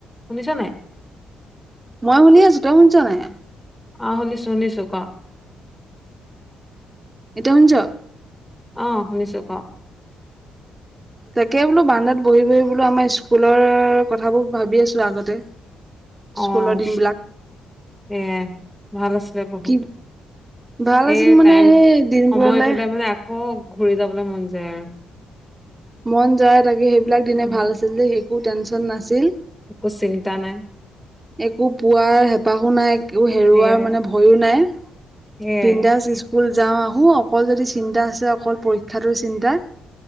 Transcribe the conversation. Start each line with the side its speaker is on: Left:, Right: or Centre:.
Centre: শুনিছনাই?
Right: মই শুনি আছোঁ। তই শুনিছ নাই?
Centre: অ', শুনিছোঁ-শুনিছোঁ ক।
Right: তই শুনিছ?
Centre: অ', শুনিছোঁ ক।
Right: তাকে বোলোঁ বাৰাণ্ডাত বহি-বহি বোলোঁ আমাৰ স্কুলৰ কথাবোৰ ভাবি আছোঁ আগতে। <unintelligible>
Centre: অ',
Right: স্কুলৰ দিনবিলাক
Centre: সেয়াই ভাল আছিলে বহুত।
Right: কি ভাল
Centre: সেই
Right: আছিল মানে
Centre: টাইম
Right: সেই দিনবোৰলে
Centre: সময়টোলে মানে আকৌ ঘূৰি যাবলৈ মন যায় আৰু।
Right: মন যায় তাকে সেইবিলাক দিনে
Centre: উম
Right: ভাল আছিল ডেই একো টেনচন নাছিল।
Centre: একো চিন্তা নাই।
Right: একো পোৱাৰ হেঁপাহো নাই একো হেৰুৱাৰ
Centre: সেয়াই
Right: মানে ভয়ো নাই।
Centre: সেয়াই
Right: বন্দাস স্কুল যাওঁ আহোঁ, অকল যদি চিন্তা আছে অকল পৰিক্ষা শিক্ষাটো চিন্তা।